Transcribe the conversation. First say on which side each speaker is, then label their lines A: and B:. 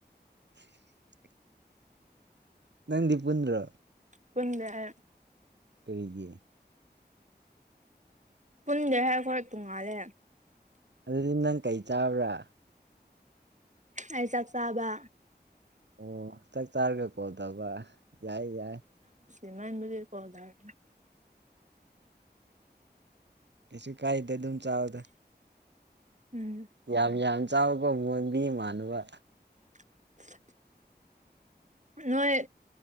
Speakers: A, on the right; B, on the right.
A: <unintelligible> ꯅꯡꯗꯤ ꯄꯨꯨꯟꯗ꯭ꯔꯣ
B: ꯄꯨꯟꯗꯦ ꯑꯩ
A: ꯀꯔꯤꯒꯤ
B: ꯄꯨꯟꯗꯦ ꯍꯦ ꯈꯣꯏ ꯇꯣꯡꯉꯥꯜꯂꯦ
A: ꯑꯗꯨꯗꯤ ꯅꯪ ꯀꯩ ꯆꯥꯕ꯭ꯔꯥ
B: ꯑꯩ ꯆꯥꯛ ꯆꯥꯕ
A: ꯑꯣ ꯆꯥꯛ ꯆꯥꯔꯒ ꯀꯣꯜ ꯇꯧꯕ ꯌꯥꯏ ꯌꯥꯏ
B: ꯏꯃꯥꯟꯕꯗꯩ ꯀꯣꯟ ꯇꯧꯔꯛꯀꯦ
A: ꯀꯩꯁꯨ ꯀꯥꯏꯗꯦ ꯑꯗꯨꯝ ꯆꯥꯥꯎꯗ
B: ꯎꯝ
A: ꯌꯥꯝ ꯌꯥꯝ ꯆꯥꯎꯀꯣ ꯃꯣꯟꯕꯤ ꯃꯥꯟꯅꯕ
B: <inaudible> ꯅꯣꯏ